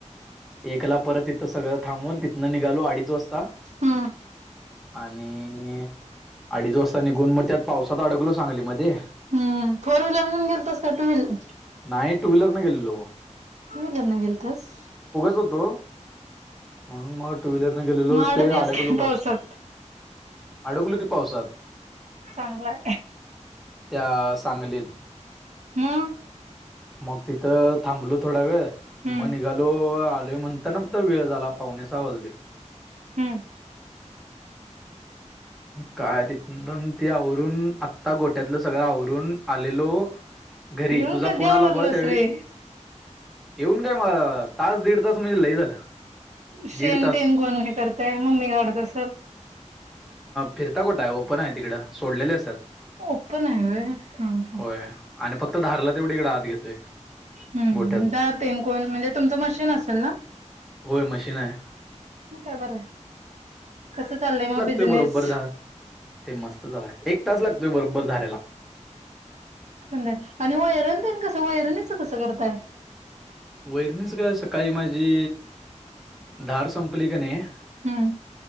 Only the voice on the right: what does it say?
हम्म
हम्म फोर व्हीलर येऊन गेलोस का टू व्हीलर.
क करन गेलतस.
मग अडकलास
काय
पावसात
चांगला.
म.
हम्म
हम्म
येऊन
कधी
आवरलंस
रे
सेन
तेन कोण हे करताय मम्मी काढत असल.
ओपन आहे व ह ह.
हम्
तरतेन कोण म्हणजे तुमचं मशीन असेल ना
मग काय बरं आहे कसं चाललंय मग बिझनेस
संध्या आणि व एरण देईन कसं व एरणीचं कसं करताय
हम्म